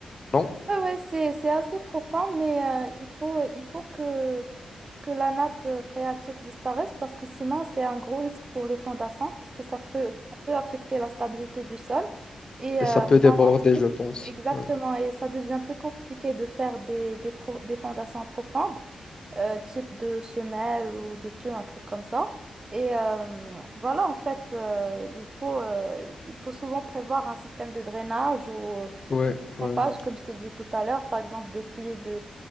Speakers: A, on the left (about 35°); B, on the right (about 30°).
A: Non?
B: Ouais, ouais, c'est, c'est assez profond, mais euh, il faut, il faut que, que la nappe phréatique disparaisse parce que sinon, c'est un gros risque pour les fondations parce que ça peut, ça peut affecter la stabilité du sol. Et
A: Et
B: euh,
A: ça peut déborder,
B: ensuite,
A: je pense.
B: exactement,
A: Ouais,
B: et ça devient plus compliqué de faire des, des, pro- des fondations profondes. euh, type de semelle ou de pieu, un truc comme ça. Et euh, voilà, en fait, euh, il faut, euh, il faut souvent prévoir un système de drainage ou, euh,
A: ouais,
B: ou de pompage,
A: ouais.
B: comme je t'ai dit tout à l'heure, par exemple des puits de,